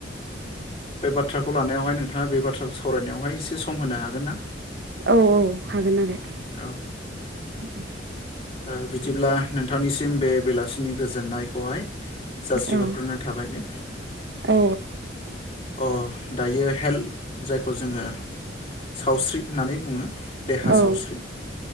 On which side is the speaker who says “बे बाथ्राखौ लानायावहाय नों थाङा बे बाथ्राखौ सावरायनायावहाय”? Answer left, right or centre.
Left